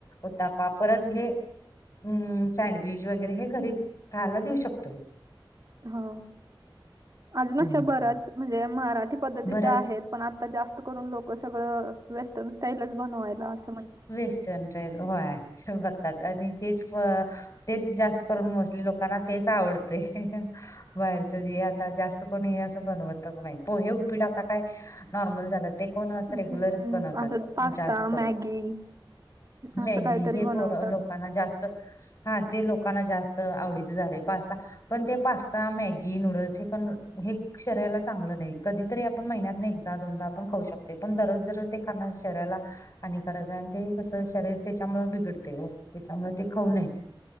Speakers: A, on the left; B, on the right.
A: उत्तप्पा परत हे हम्म सँडविच वगैरे, हे घरी खायला देऊ शकतोय.
B: हो, अजून अशा
A: हम्म.
B: बऱ्याच म्हणजे मराठी पद्धतीच्या
A: बऱ्याच
B: आहेत. पण आता जास्त करून लोक सगळं वेस्टन स्टाईलच बनवायला अस
A: वेस्टन स्टाईल होय बघतात आणि तेच तेच जास्त करून मोस्टली लोकांना तेच आवडतय. बाहेरच बी आता जास्त कोणी हे असं बनवतच नाही पोहे, उपीट आता काय नॉर्मल झालं ते कोण असं
B: हम्म
A: रेग्युलरच बनवतात
B: असं पास्ता
A: जास्त
B: मॅगी
A: करून. मॅगी
B: असं काहीतरी
A: हे
B: बनवतात
A: पोर लोकांना जास्त हा ते लोकांना जास्त आवडीच झालंय पास्ता पण ते पास्ता, मॅगी, नूडल्स हे पण हे शरीराला चांगलं नाही कधीतरी आपण महिन्यात एकदा दोनदा आपण खाऊ शकतो पण दररोज दररोज ते खान शरीराला आणि खरंच आहे आणि ते कस शरीर त्याच्यामुळे बिघडतय ओ त्याच्यामुळे ते खाऊ नये.